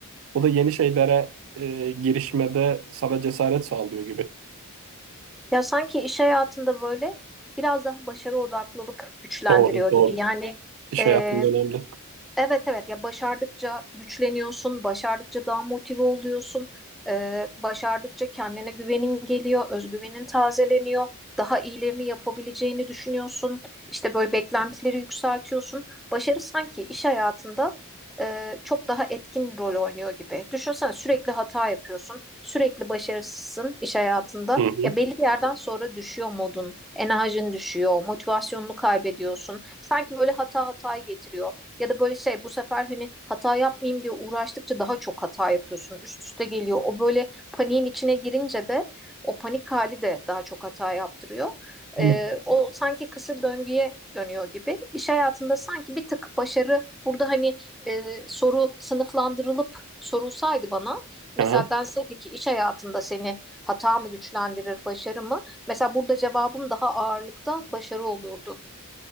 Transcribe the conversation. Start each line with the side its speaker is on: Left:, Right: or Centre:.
Right: Bu da yeni şeylere e, girişmede sana cesaret sağlıyor gibi.
Centre: Ya sanki iş hayatında böyle biraz daha başarı odaklılık güçlendiriyor
Right: Doğru, doğru.
Centre: gibi. Yani
Right: İş
Centre: e,
Right: hayatında önemli.
Centre: Evet evet ya başardıkça güçleniyorsun, başardıkça daha motive oluyorsun, Ee, başardıkça kendine güvenin geliyor, özgüvenin tazeleniyor, daha iyilerini yapabileceğini düşünüyorsun, işte böyle beklentileri yükseltiyorsun. Başarı sanki iş hayatında e, çok daha etkin rol oynuyor gibi. Düşünsene sürekli hata yapıyorsun, sürekli başarısızsın iş hayatında.
Right: Hı hı.
Centre: Ya belli bir yerden sonra düşüyor modun, enerjin düşüyor, motivasyonunu kaybediyorsun. Sanki böyle hata hatayı getiriyor. Ya da böyle şey bu sefer hani hata yapmayayım diye uğraştıkça daha çok hata yapıyorsun. Üst üste geliyor. O böyle paniğin içine girince de o panik hali de daha çok hata yaptırıyor.
Right: <clears throat>
Centre: Ee, o sanki kısır döngüye dönüyor gibi. İş hayatında sanki bir tık başarı burada hani e, soru sınıflandırılıp sorulsaydı bana mesela
Right: Hı
Centre: denseydi ki iş hayatında seni hata mı güçlendirir başarı mı? Mesela burada cevabım daha ağırlıkta başarı olurdu.